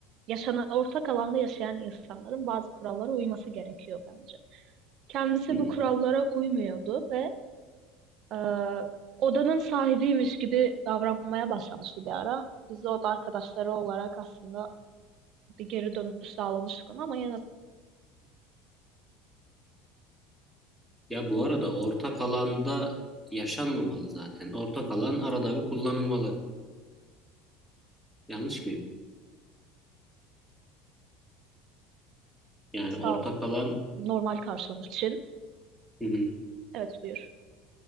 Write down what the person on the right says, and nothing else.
yaşanan ortak alanda yaşayan insanların bazı kurallara uyması gerekiyor bence. Kendisi
bu kurallara uymuyordu ve e, odanın sahibiymiş gibi davranmaya başlamıştı bir ara. Biz de oda arkadaşları olarak aslında bir geri dönüş sağlamıştık ona ama yine de
sağ
olsun
normal karşılamış için.
Evet buyur.